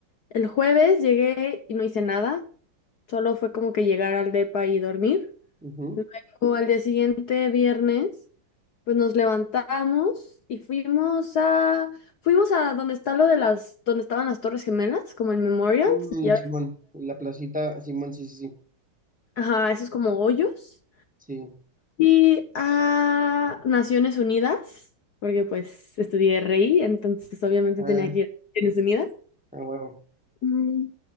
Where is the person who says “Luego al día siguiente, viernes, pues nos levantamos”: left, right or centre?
Left